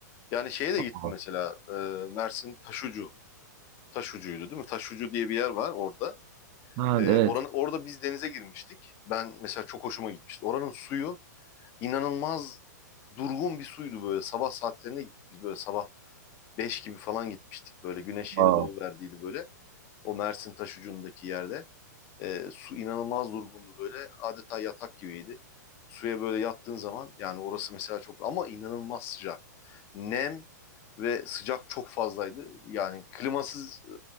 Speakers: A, on the left (about 25°); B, on the right (about 25°).
A: Yani şeye de
B: Aa.
A: gittim mesela e, Mersin Taşucu. Taşucu'ydu değil mi? Taşucu diye bir yer var orada.
B: Ha
A: Ee,
B: evet.
A: oranı, orada biz denize girmiştik. Ben mesela çok hoşuma gitmişti. Oranın suyu inanılmaz durgun bir suydu böyle. Sabah saatlerine gittik biz böyle sabah 5 gibi falan gitmiştik böyle. Güneş yeni
B: Aa.
A: doğu verdiydi böyle. O Mersin Taşucu'ndaki yerde. E, su inanılmaz durgundu böyle. Adeta yatak gibiydi. Suya böyle yattığın zaman yani orası mesela çok ama inanılmaz sıcak. Nem ve sıcak çok fazlaydı. Yani klimasız e,